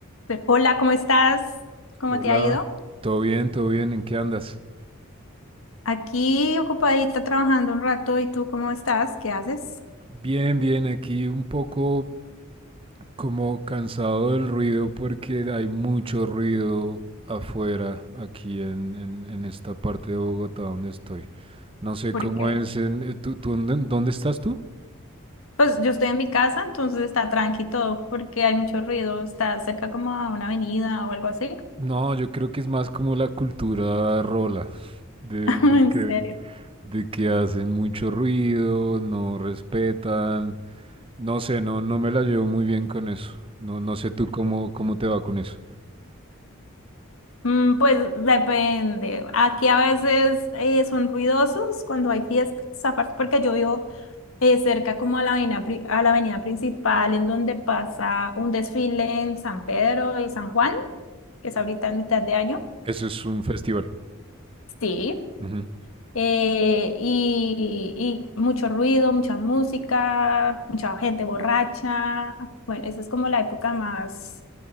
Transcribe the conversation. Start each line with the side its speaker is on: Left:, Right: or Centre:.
Left: Pues, Hola, ¿cómo estás? ¿Cómo
Right: Hola,
Left: te ha ido?
Right: todo bien, todo bien, ¿en qué andas?
Left: Aquí ocupadita trabajando un rato, ¿y tú cómo estás? ¿Qué haces?
Right: Bien, bien, aquí un poco como cansado del ruido porque hay mucho ruido afuera aquí en, en- en esta parte de Bogotá donde estoy. No sé
Left: ¿Por
Right: cómo
Left: qué?
Right: es en... eh, ¿Tú, tú dónde, dónde estás tú?
Left: Pues yo estoy en mi casa, entonces está tranqui todo, porque hay mucho ruido, está cerca como a una avenida o algo así.
Right: No, yo creo que es más como la cultura rola, de,
Left: <laughs>
Right: de
Left: En
Right: que,
Left: serio.
Right: de que hacen mucho ruido, no respetan, no sé, no, no me la llevo muy bien con eso. No, no sé tú cómo, cómo te va con eso.
Left: Mm, Pues depende. Aquí a veces eh, son ruidosos cuando hay fiestas, aparte porque yo vivo eh, cerca como a la avenida, pri- a la avenida principal en donde pasa un desfile en San Pedro y San Juan, que es ahorita en mitad de año.
Right: Eso es un festival.
Left: Sí.
Right: Ujú.
Left: Eh, y, y mucho ruido, mucha música, mucha gente borracha. Bueno, esa es como la época más